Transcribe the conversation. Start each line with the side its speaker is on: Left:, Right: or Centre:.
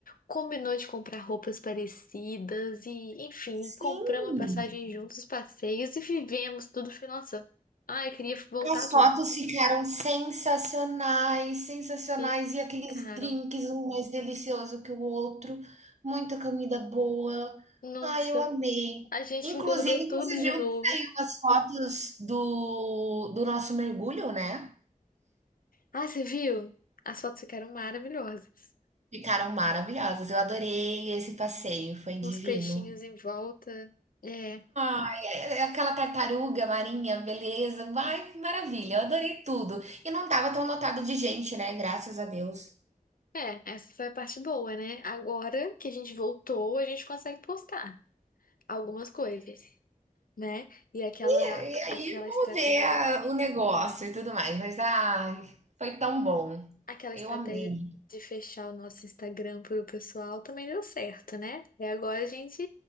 Left: combinou de comprar roupas parecidas e, enfim, compramos
Right: Sim.
Left: a passagem juntos, os passeios e vivemos tudo. Foi, nossa, ai, eu queria voltar
Right: As
Left: tudo.
Right: fotos ficaram sensacionais, sensacionais.
Left: E,
Right: E aqueles
Left: caro,
Right: drinks, um mais delicioso que o outro. Muita comida boa.
Left: nossa,
Right: Ai, eu amei.
Left: a gente
Right: Inclusive,
Left: engordou tudo
Right: você
Left: de
Right: viu
Left: novo.
Right: que saiu as fotos do, do nosso mergulho, né?
Left: Ah, você viu? As fotos ficaram maravilhosas.
Right: Ficaram maravilhosas. Eu adorei esse passeio, foi divino.
Left: Uns peixinhos em volta. É,
Right: Ai, é- é aquela tartaruga marinha, beleza. Ai, maravilha, eu adorei tudo. E não tava tão lotado de gente, né? Graças a Deus.
Left: é, essa foi a parte boa, né? Agora que a gente voltou, a gente consegue postar algumas coisas, né? E aquela
Right: E aí
Left: aquela
Right: vamos
Left: estratégia
Right: ver a- o negócio e tudo mais. Mas ai, foi tão bom.
Left: Aquela
Right: Eu
Left: estratégia
Right: amei.
Left: de fechar o nosso Instagram para o pessoal também deu certo, né? E agora a gente